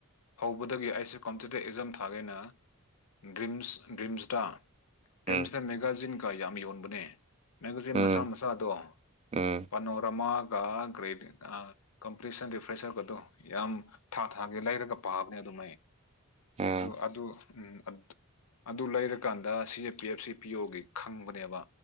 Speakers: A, on the left; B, on the right.
A: ꯍꯧꯕꯗꯒꯤ ꯑꯩꯁꯦ ꯀꯣꯝꯄꯤꯇꯤꯇꯤꯞ ꯑꯦꯛꯖꯥꯝ ꯊꯥꯒꯦꯅ ꯗ꯭ꯔꯤꯝꯁ ꯗ꯭ꯔꯤꯝꯁꯗ ꯗ꯭ꯔꯤꯝꯁꯇ
B: ꯎꯝ
A: ꯃꯦꯒꯥꯖꯤꯟꯒ ꯌꯥꯝ ꯌꯣꯟꯕꯅꯦ ꯃꯦꯒꯥꯖꯤꯟ
B: ꯎꯝ
A: ꯃꯁꯥ ꯃ ꯆꯥꯗꯣ
B: ꯎꯝ
A: ꯄꯅꯣꯔꯃꯥꯒ ꯒ꯭ꯔꯦ ꯑ ꯀꯝꯄ꯭ꯔꯤꯁꯟ ꯔꯤ ꯄ꯭ꯔꯦꯁꯔꯒꯗꯨ ꯌꯥꯝ ꯊꯥ ꯊꯥꯒꯤ ꯂꯩꯔꯒ ꯄꯥꯕꯅꯦ ꯑꯗꯨꯝ ꯑꯩ
B: ꯎꯝ
A: ꯑꯗꯨ ꯑꯗꯨ ꯎꯝ ꯑ ꯑꯗꯨ ꯂꯩꯔꯀꯥꯟꯗ ꯁꯤ ꯑꯦ ꯄꯤ ꯑꯦꯐ ꯁꯤ ꯄꯤ ꯑꯣꯒꯤ ꯈꯪꯕꯅꯦꯕ